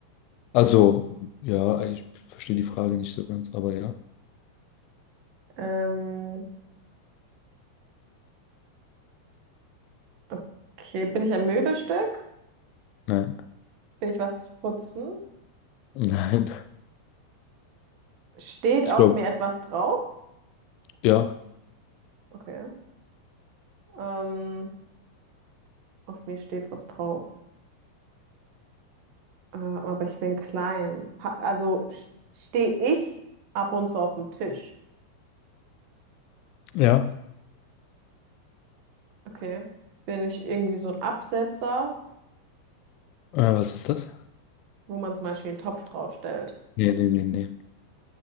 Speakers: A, on the left (about 40°); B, on the right (about 45°).
A: Also, ja, ich verstehe die Frage nicht so ganz, aber ja.
B: Ähm, Okay, bin ich ein Möbelstück?
A: Nein,
B: Bin ich was zu putzen?
A: <laughs> nein.
B: Steht
A: Ich
B: auf
A: glaube,
B: mir etwas drauf?
A: ja,
B: Okay. Ähm, auf mir steht was drauf. Äh, aber ich bin klein. Ha also stehe ich ab und zu auf dem Tisch.
A: ja.
B: Okay. Bin ich irgendwie so ein Absetzer,
A: Äh, was ist das?
B: wo man zum Beispiel einen Topf draufstellt?
A: Nee, nee, nee, nee.